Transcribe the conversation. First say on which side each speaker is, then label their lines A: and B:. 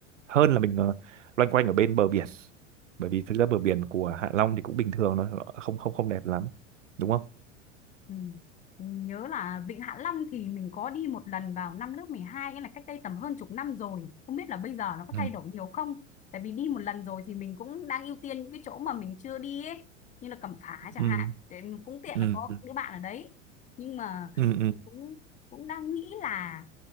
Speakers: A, on the right; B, on the left.
A: hơn là mình ờ, loanh quanh ở bên bờ biển bởi vì thực ra bờ biển của Hạ Long thì cũng bình thường thôi không không không đẹp lắm đúng không
B: Ừ. Nhớ là Vịnh Hạ Long thì mình có đi một lần vào năm lớp mười hai nghĩa là cách đây tầm hơn chục năm rồi. Không biết là bây giờ nó có
A: ừ.
B: thay đổi nhiều không? Tại vì đi một lần rồi thì mình cũng đang ưu tiên những cái chỗ mà mình chưa đi ấy, như là Cẩm Phả chẳng
A: Ừ.
B: hạn. Để mình cũng tiện
A: Ừ.
B: là có
A: ừ
B: đứa bạn ở đấy. Nhưng mà
A: ừ ừ
B: cũng cũng đang nghĩ là